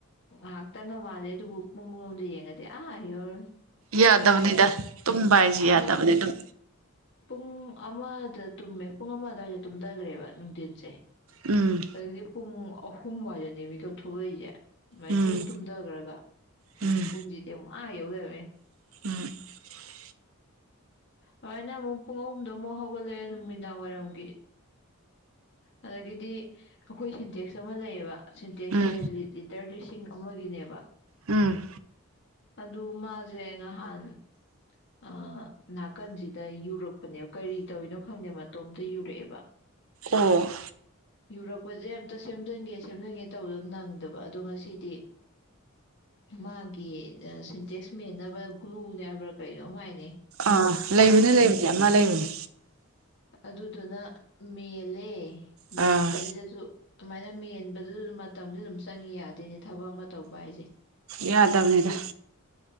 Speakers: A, on the left (about 55°); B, on the right (about 65°).
A: ꯉꯥꯏꯍꯥꯛꯇꯪꯒ ꯃꯥꯜꯂꯦ ꯑꯗꯨꯕꯨ ꯄꯨꯡꯂꯣꯝꯗ ꯌꯦꯡꯉꯗꯤ ꯑꯥ ꯌꯧꯋꯤ꯫
B: ꯌꯥꯗꯕꯅꯤꯗ ꯇꯨꯝꯕ ꯍꯥꯏꯁꯤ
A: ꯑꯃ
B: ꯌꯥꯗꯕꯅꯤ ꯑꯗꯨꯝ
A: ꯄꯨꯡ ꯑꯃꯗ ꯇꯨꯝꯃꯦ ꯄꯨꯡ ꯑꯃ ꯑꯗꯨꯋꯥꯏꯗ ꯇꯨꯝꯊꯈ꯭ꯔꯦꯕ꯫ ꯅꯨꯡꯊꯤꯟꯁꯦ
B: ꯎꯝ
A: ꯑꯗꯨꯗꯒꯤꯗꯤ ꯄꯨꯡ ꯑꯍꯨꯝꯋꯥꯏꯗꯅꯦ ꯃꯤꯀꯛꯊꯣꯛꯂꯛꯏꯁꯦ꯫ ꯑꯗꯨꯃꯥꯏꯅ
B: ꯎꯝ
A: ꯑꯃꯨꯛ ꯇꯨꯝꯊꯈ꯭ꯔꯒ ꯍꯥꯏꯃꯥ
B: ꯎꯝ
A: ꯄꯨꯡꯁꯤꯗꯤ ꯑꯃꯨꯛ ꯑꯥ ꯌꯧ ꯂꯪꯔꯝꯃꯦ
B: <inaudible>
A: ꯑꯗꯨꯃꯥꯏꯅ ꯑꯃꯨꯛ ꯄꯨꯡ ꯑꯍꯨꯝꯗꯣ ꯑꯃꯨꯛ ꯍꯧꯒꯠꯂꯛꯑꯦ ꯅꯨꯃꯤꯗꯥꯡ ꯋꯥꯏꯔꯝꯒꯤ ꯑꯗꯒꯤꯗꯤ ꯑꯩꯈꯣꯏ ꯁꯤꯟꯇꯦꯛꯁ ꯑꯃ ꯂꯩꯌꯦꯕ ꯁꯤꯟꯇꯦꯛꯁꯦ
B: ꯎꯝ
A: ꯂꯤꯇꯔ ꯂꯤꯁꯤ ꯆꯤꯡ ꯑꯃꯔꯤꯅꯦꯕ
B: ꯎꯝ
A: ꯑꯗꯨ ꯃꯥꯖꯦ ꯉꯍꯥꯟ ꯑ ꯅꯥꯀꯟꯖꯤꯗ ꯌꯨꯔꯛꯄꯅꯦꯕ ꯀꯔꯤ ꯇꯧꯔꯤꯅꯣ ꯈꯪꯗꯦ ꯃꯇꯣꯝꯇ ꯌꯨꯔꯛꯑꯦꯕ
B: ꯑꯣ
A: ꯌꯨꯔꯛꯄꯁꯦ ꯑꯝꯇ ꯁꯦꯝꯖꯤꯟꯒꯦ ꯁꯦꯝꯖꯤꯟꯒꯦ ꯇꯧꯕꯗꯣ ꯅꯪꯗꯕ ꯑꯗꯣ ꯉꯁꯤꯗꯤ ꯃꯥꯒꯤ ꯁꯤꯟꯇꯦꯛꯁ ꯃꯦꯟꯅꯕ ꯒ꯭ꯂꯨꯅꯦ ꯍꯥꯏꯕ꯭ꯔꯥ ꯀꯩꯅꯣꯍꯥꯏꯅꯦ
B: ꯑꯥ ꯂꯩꯕꯅꯦ ꯂꯩꯕꯅꯦ ꯑꯃ ꯂꯩꯕꯅꯤ
A: ꯑꯗꯨꯗꯨꯅ ꯃꯦꯜꯂꯦ ꯃꯦꯟꯕꯖꯤꯗꯖꯨ
B: ꯑꯥ
A: ꯑꯗꯨꯃꯥꯏꯅ ꯃꯦꯟꯕꯗꯨꯗꯖꯨ ꯃꯇꯝꯖꯨ ꯑꯗꯨꯝ ꯆꯪꯉꯤ ꯌꯥꯗꯦꯅꯦ ꯊꯕꯛ ꯑꯃ ꯇꯧꯕ ꯍꯥꯏꯖꯦ
B: ꯌꯥꯗꯝꯅꯤꯗ